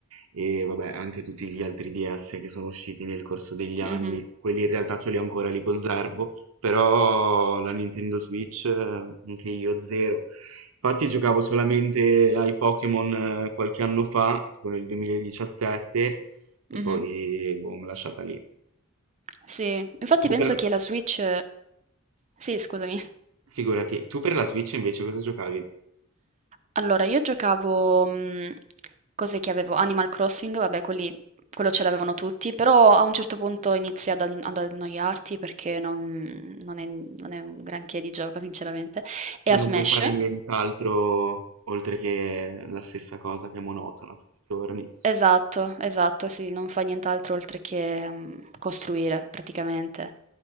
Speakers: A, on the right; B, on the right.
A: e vabbè, anche tutti gli altri DS che sono usciti nel corso degli anni.
B: Mh-mh,
A: Quelli in realtà ce li ho ancora, li conservo, però la Nintendo Switch, eh, anche io zero. Infatti giocavo solamente ai Pokémon eh, qualche anno fa, tipo nel 2017, e
B: mh-mh.
A: poi boh, mi lasciata lì.
B: Sì, infatti
A: Tu
B: penso
A: per...
B: che la Switch sì, scusami.
A: Figurati, tu per la Switch invece cosa giocavi?
B: Allora, io giocavo, mhmm, cos'è che avevo? Animal Crossing, vabbè quelli quello ce l'avevano tutti, però a un certo punto inizi ad an ad annoiarti perché non non è non è un granché di gioco sinceramente, e
A: Cioè
B: a
A: non
B: Smash
A: puoi fare nient'altro oltre che la stessa cosa che è monotona tutti i giorni.
B: esatto, esatto, sì, non fai nient'altro oltre che, mhmm, costruire praticamente.